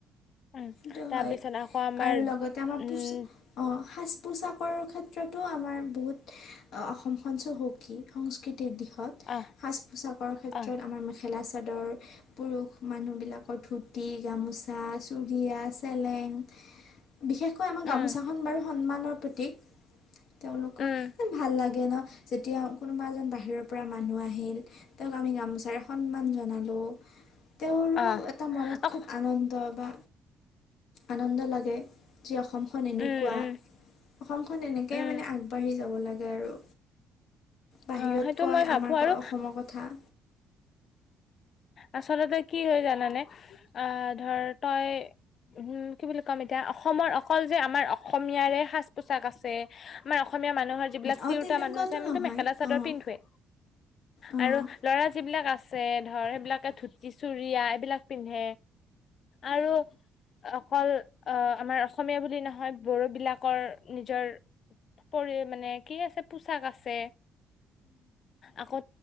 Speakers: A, on the left; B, on the left.
A: উম
B: সেইটো
A: তাৰপিছত
B: হয়
A: আকৌ আমাৰ
B: আৰু লগতে আমাৰ
A: উম
B: পোচ অ সাজ পোচাক কুৰু ক্ষেত্ৰতো আমাৰ বহুত অসমখন চহকী সংস্কৃতিৰ দিশত
A: অ
B: সাজ পোছাকৰ ক্ষেত্ৰত
A: অ
B: আমাৰ মেখেলা। চাদৰ পুৰুষ মানুহ বিলাকৰ ধুতি গামোচা চ দিয় চলেং। বিশেষকৈ আমাৰ গামোচাখন
A: উম
B: বাৰু সন্মানৰ প্ৰতিক তেওলোকক
A: উম
B: ইমান ভাল লাগে ন। যেতিয়া কোনোবা এজন বাহিৰৰ পৰা মানুহ আহিল তেওক আমি গামোচাৰে সন্মান জনালো তেওঁৰো
A: অ
B: এটা মনত
A: অ
B: খুব আনন্দ বা আনন্দ লাগে যি অসমখন এনেকুৱা
A: উম উম
B: অসমখন এনেকৈ
A: উম
B: মানে আগবাঢ়ি যাব লাগে আৰু। বাহিৰত
A: অ সেইটো
B: কয়
A: মই ভাবো
B: আমাৰ
A: আৰু
B: অসমৰ কথা
A: আচলতে কি হৈ জানানে আহ ধৰ তই উম, কি বুলি ক'ম এতিয়া অসমৰ অকল যে আমাৰ অসমীয়াৰে সাজ পোছাক আছে আমাৰ অসমীয়া মানুহৰ যিবিলাক
B: অঁ
A: তিৰোতা
B: তেনেকুৱাতো
A: মানুহ আছে আমিতো
B: নহয়
A: মেখেলা চাদৰ
B: অঁ
A: পিন্ধোৱে
B: অঁ
A: আৰু ল'ৰা যিবিলাক আছে। আছে ধৰ সেইবিলাকে ধুতি চুৰিয়া এইবিলাক পিন্ধে। আৰু অ অকল অহ, আমাৰ অসমীয়া বুলি নহয় বড়ো বিলাকৰ নিজৰ পৰি মানে কি আছে পোচাক আছে। আকৌ